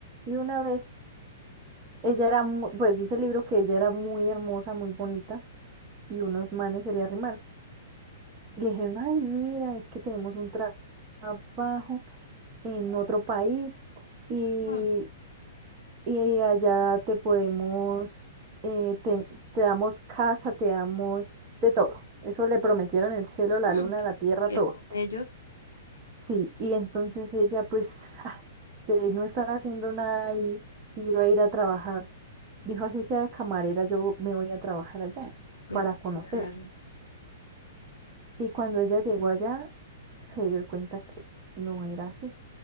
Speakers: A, on the right; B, on the left.
A: Y una vez Ella era, mu- pues dice el libro que ella era muy hermosa, muy bonita, y unos manes se le arrimaron. Y le dijeron, ay, mira, es que tenemos un tra- trabajo en otro país y,
B: Mm,
A: y allá te podemos, eh, te, te damos casa, te damos de todo. Eso le prometieron el cielo, la
B: mm.
A: luna, la tierra,
B: Que
A: todo.
B: con ellos,
A: Sí, y entonces ella pues <laughs> ah, eh, no estaba haciendo nada y iba a ir a trabajar Dijo, así sea camarera, yo me voy a trabajar allá
B: pues
A: para conocer.
B: claro,
A: Y cuando ella llegó allá, se dio cuenta que no era así,